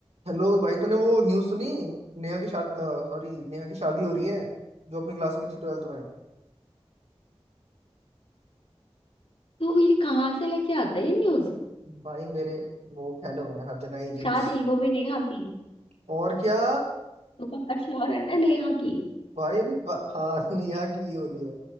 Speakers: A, on the right (about 80°); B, on the left (about 60°).
A: हेलो भाई तूने वो न्यूज़ सुनी नेहा की शादी सॉरी नेहा की शादी हो रही है जो अपनी क्लास में थी ट्वेल्थ में
B: तो ये कहाँ से लेके आता है ये न्यूज
A: भाई मेरे वो फैन हो गए हैं हर जगह एजेंट्स
B: शादी वो भी नेहा की
A: और क्या
B: तो पक्का श्योर है ना नेहा की
A: भाई अभी बा... हाँ <laughs> नेहा की ही हो रही है